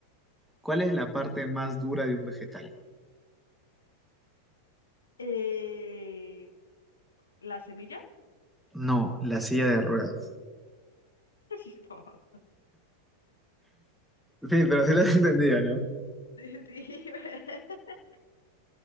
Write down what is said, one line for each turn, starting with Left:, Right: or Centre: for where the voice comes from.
Centre: ¿Cuál es la parte más dura de un vegetal?
Left: Eh, ¿la semilla?
Centre: No, la silla de ruedas.
Left: <laughs> No.
Centre: Sí, pero sí lo has entendido, ¿no?
Left: Sí, sí. <laughs>